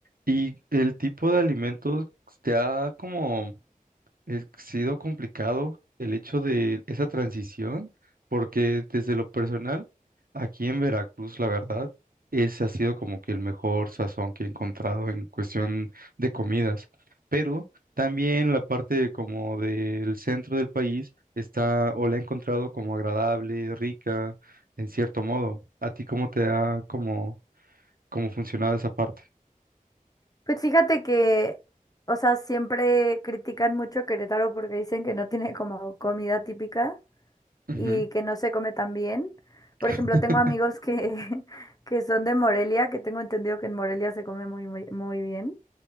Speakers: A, on the right; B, on the left.
A: Y el tipo de alimentos te ha como ha sido complicado el hecho de esa transición, porque desde lo personal, aquí en Veracruz, la verdad, ese ha sido como que el mejor sazón que he encontrado en cuestión de comidas. Pero también la parte como del centro del país está o la he encontrado como agradable, rica, en cierto modo. ¿A ti cómo te ha como, cómo funcionado esa parte?
B: Pues fíjate que, o sea, siempre critican mucho Querétaro porque dicen que no tiene como comida típica.
A: Ujú.
B: y que no se come tan bien.
A: <laughs>
B: Por ejemplo, tengo amigos que, <laughs> que son de Morelia, que tengo entendido que en Morelia se come muy, muy, muy bien